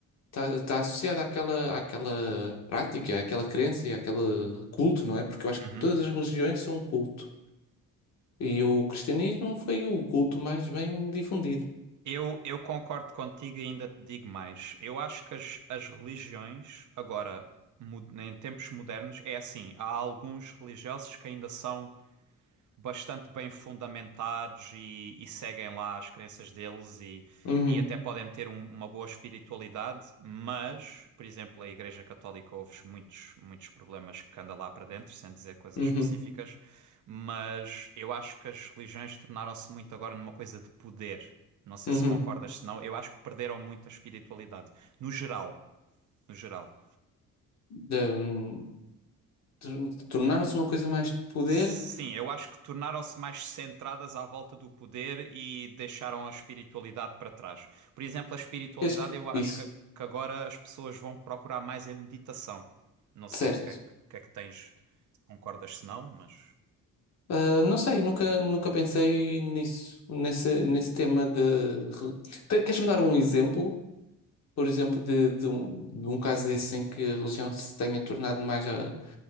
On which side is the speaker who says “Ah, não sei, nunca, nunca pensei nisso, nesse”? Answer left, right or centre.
Left